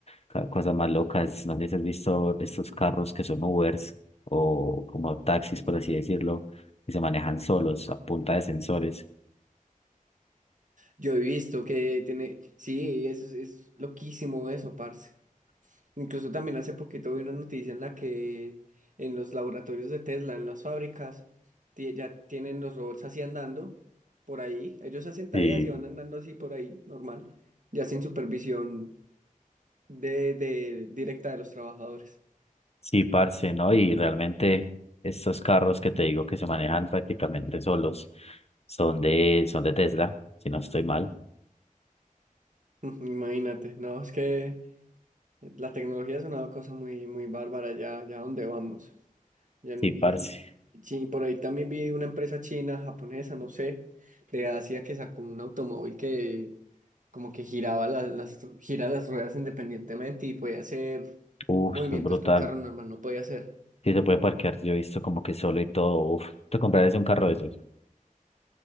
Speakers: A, on the left (about 45°); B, on the right (about 65°).
A: ca- cosas más locas. No sé si has visto estos carros que son Ubers o como taxis, por así decirlo, que se manejan solos a punta de sensores.
B: Yo he visto que tiene, sí, es, es loquísimo eso, parce. Incluso también hace poquito vi una noticia en la que en los laboratorios de Tesla, en las fábricas, ti- ya tienen los robots así andando por ahí. Ellos hacen tareas
A: Sí,
B: y van andando así por ahí, normal, ya sin supervisión de, de- directa de los trabajadores.
A: sí, parce, ¿no? Y realmente estos carros que te digo que se manejan prácticamente solos son de, son de Tesla, si no estoy mal.
B: <laughs> Imagínate, no, es que la tecnología es una cosa muy, muy bárbara ya, ya a dónde vamos. Ya n-
A: Sí, parce.
B: Y, y sí, por ahí también vi una empresa china, japonesa, no sé, de Asia que sacó un automóvil que como que giraba las, las, gira las ruedas independientemente y podía hacer
A: Uf,
B: movimientos
A: es brutal.
B: que un carro normal no podía hacer.
A: Sí, se puede parquear, yo he visto como que solo y todo, uf, te comprarías un carro de esos.